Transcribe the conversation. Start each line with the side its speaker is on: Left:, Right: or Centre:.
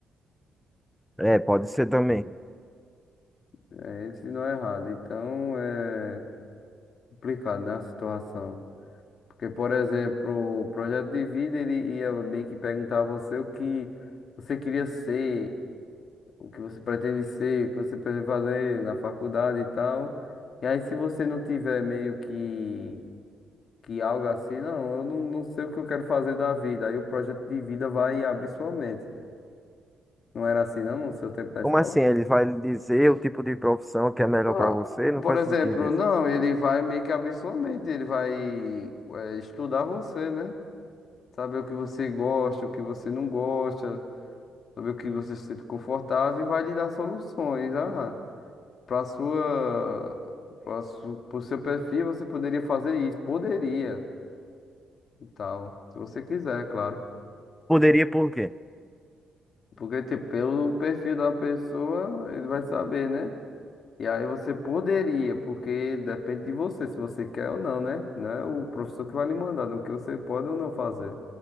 Centre: É, pode ser também.
Left: É, ele ensinou errado. Então é complicado, né, a situação. Porque, por exemplo, o projeto de vida, ele ia meio que perguntar a você o que você queria ser, o que você pretende ser, o que você pretende fazer na faculdade e tal. E aí, se você não tiver meio que, que algo assim, não, eu não, não sei o que eu quero fazer da vida. Aí o projeto de vida vai abrir sua mente. Não era assim, não, no seu tempo da escola?
Centre: Como assim? Ele vai lhe dizer o tipo de profissão que é melhor
Left: Ah,
Centre: para você? Não
Left: por
Centre: faz
Left: exemplo,
Centre: sentido isso.
Left: não, ele vai meio que abrir sua mente, ele vai eh, estudar você, né? Saber o que você gosta, o que você não gosta, saber o que você se sente confortável e vai lhe dar soluções. Ah, para sua, para su, pro seu perfil você poderia fazer isso, poderia e tal, se você quiser, claro.
Centre: Poderia por quê?
Left: Porque, tipo, pelo perfil da pessoa, ele vai saber, né? E aí você poderia, porque depende de você, se você quer ou não, né? Não é o professor que vai lhe mandar no que você pode ou não fazer.